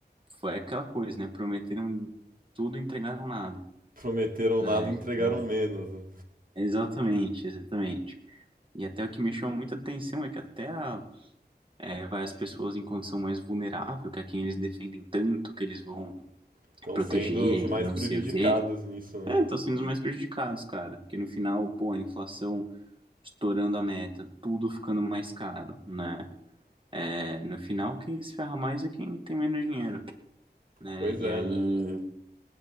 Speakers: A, on the right; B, on the right.
A: foi aquela coisa, né? Prometeram tudo e entregaram nada,
B: Prometeram
A: né?
B: nada e
A: Então.
B: entregaram menos. né?
A: Exatamente, exatamente. E até o que me chama muita atenção é que até a, é, vai as pessoas em condição mais vulnerável, que é quem eles defendem tanto, que eles vão
B: Estão
A: proteger,
B: sendo os mais
A: e não
B: prejudicados
A: sei o quê.
B: nisso, né?
A: É, estão sendo os mais prejudicados, cara. Porque no final, pô, a inflação estourando a meta, tudo ficando mais caro, né? É, no final, quem se ferra mais é quem tem menos dinheiro, né?
B: Pois
A: E
B: é,
A: aí,
B: né?